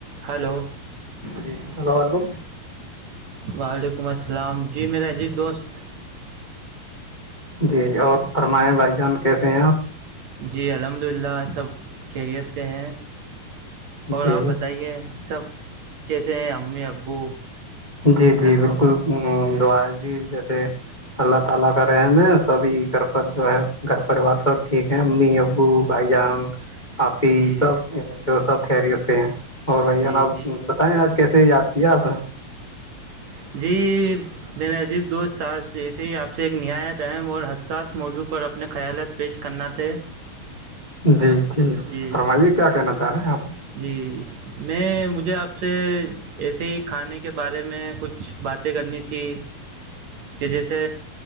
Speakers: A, on the right; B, on the left.
A: hello
B: جی السلام علیکم
A: وعلیکم السلام جی میرا عزیز دوست
B: جی اور فرمائےیں بھائی جان کیسے ہیں آپ
A: جی الحمد للہ سب خیریت سے ہیں اور
B: جی
A: آپ بتائیے سب کیسے ہیں امی ابو
B: جی
A: گھر
B: جی بالکل
A: میں
B: ہ جی ویسے اللہ تعالی کا رحم ہے سب یہ کر جو ہے گھر پریوار سب ٹھیک ہے امی ابو بھائی جان آپی
A: جی
B: سب جو سب خہریٹ سے ہیں اور بھائی
A: جی
B: جان آپ
A: جی
B: کیسے یاد کیا آپ نے
A: جی میرا عزیز دوست تھا جیسے ہی آپ سے ایک نہایت اہم اور حساس موضوع پر اپنے خیالات پیش کرنا تھے
B: جی ٹھیک
A: جی
B: فرمائیے کیا کہنا چاہ رہے ہیں آپ
A: جی میں مجھے آپ سے ایسے ہی کھانے کے بارے میں کچھ باتیں کرنی تھی کہ جیسے